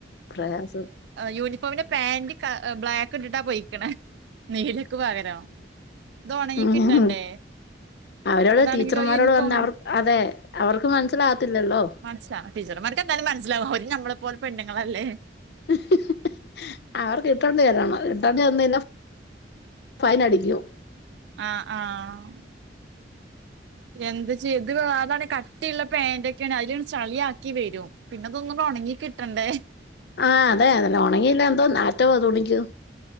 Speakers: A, on the left; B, on the right.
A: പ്രയാസം.
B: യൂണിഫോമിൻ്റെ പാന്റ് ബ്ലാക്ക് ട്ട്ട്ടാ പോയിക്ക്ണ്. നീലക്ക് പകരൊ ത് ഒണങ്ങി
A: ഉം
B: കിട്ടണ്ടേ?
A: അവരോട്
B: അതാണെങ്കിലോ
A: ടീച്ചർമാരോട്
B: യൂണിഫോം
A: പറഞ അവർ അതെ അവർക്ക് മനസ്സിലാകത്തില്ലല്ലോ?
B: മനസിലാ ടീച്ചർമാർക്ക്ന്തായാലും മനസ്സിലാവും അവര് ഞമ്മളെപ്പോലെ പെണ്ണ്ങ്ങളല്ലേ?
A: ഹ് ഹ് അവർക്ക് ഇിട്ടോണ്ട് ചെല്ലണം ഇിട്ടേണ്ടി ചെന്നില്ലെ. ഫൈനടിക്കോ?
B: അ ആഹ്. എന്ത്ചെയ്യ? <unintelligible> അതാണ് കട്ടിള്ള പേൻ്റൊക്കേണ്. അയില്ങ്ട് ചളിയാക്കി വരും. പിന്നതൊന്നു ഉണങ്ങി കിട്ടണ്ടേ
A: ആ അതെ അതന്നെ ഒണങ്ങിയില്ലന്തോ നാറ്റോവ തുണിക്ക്.